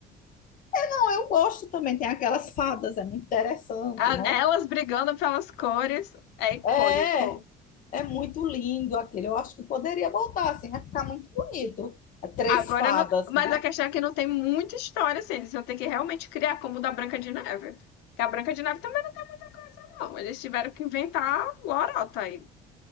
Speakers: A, on the left; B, on the left.
A: Bom, Eu gosto também, tem aquelas fadas, é muito interessante,
B: A-
A: né?
B: Elas brigando pelas cores é icônico.
A: É, É muito lindo aquele. Eu acho que poderia botar, assim, vai ficar muito bonito. É Três
B: Agora,
A: fadas,
B: não- mas
A: né?
B: a questão é que não tem muita história, assim. Eles vão ter que realmente criar como o da Branca de Neve. Que a Branca de Neve também não tem muita coisa, não. Eles tiveram que inventar lorota aí.